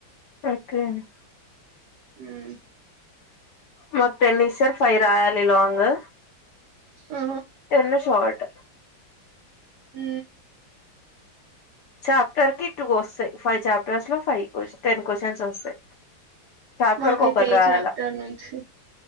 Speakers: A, on the left; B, on the right.
A: ఓకే
B: ఉమ్మ్
A: మాకు టెన్ ఇస్తారు ఫైవ్ రాయాలి లాంగు
B: ఆ,
A: టెన్ షార్ట్
B: ఆ
A: చాప్టర్ కి టూ వస్తాయి ఫైవ్ చాప్టర్స్ లో ఫైవ్ టెన్ క్యూషన్స్ వస్తాయి చాప్టర్
B: మాకైతే
A: కి ఒకటి
B: ఏ
A: రాయాల
B: చాప్టర్ నుంచి